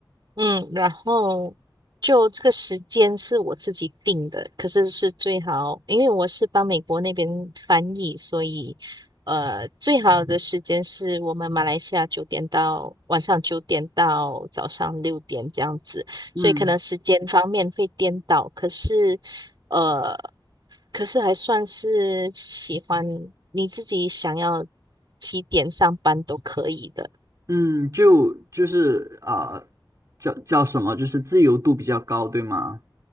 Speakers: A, on the right; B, on the right.
A: 嗯，然后就这个时间是我自己定的，可是是最好，因为我是帮美国那边翻译，所以呃，最好的时间是我们马来西亚九点到晚上九点到早上六点这样子，
B: 嗯
A: 所以可能时间方面会颠倒，可是呃，可是还算是喜欢你自己想要几点上班都可以的。
B: 嗯，就就是啊、呃叫叫什么？就是自由度比较高，对吗？